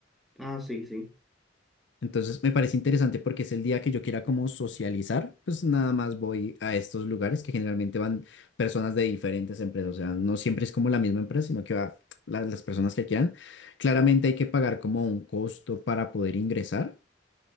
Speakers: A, in the centre; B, on the left.
A: Ah, sí, sí.
B: Entonces me parece interesante porque es el día que yo quiera como socializar, pues nada más voy a estos lugares que generalmente van personas de diferentes empresas, o sea, no siempre es como la misma empresa, sino que va la- las personas que quieran. Claramente hay que pagar como un costo para poder ingresar.